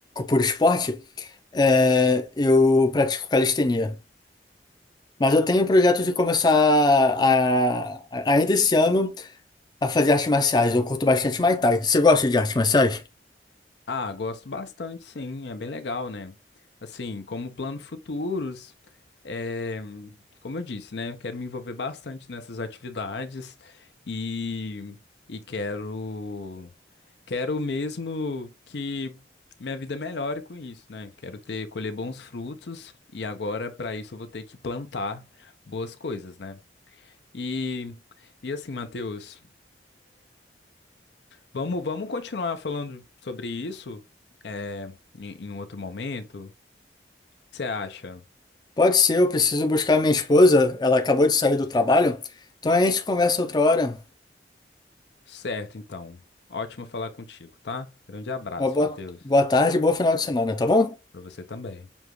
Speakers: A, on the left; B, on the left.
A: por esporte. É, eu pratico calistenia. Mas eu tenho o projeto de começar a, a- ainda esse ano a fazer artes marciais. Eu curto bastante Muay Thai. Você gosta de artes marciais?
B: Ah, gosto bastante, sim, é bem legal, né? Assim, como plano futuros, é, como eu disse, né? eu Quero me envolver bastante nessas atividades e, e quero, quero mesmo que minha vida melhore com isso, né? Quero ter, colher bons frutos e agora, para isso, eu vou ter que plantar boas coisas, né? E, e assim, Matheus. Vamos, vamos continuar falando sobre isso, é, em, em um outro momento. O que você acha?
A: Pode ser, eu preciso buscar minha esposa. Ela acabou de sair do trabalho. Então a gente conversa outra hora.
B: Certo, então. Ótimo falar contigo, tá? Grande abraço,
A: Uma boa,
B: Matheus.
A: boa tarde e bom final de semana, tá bom?
B: Pra você também.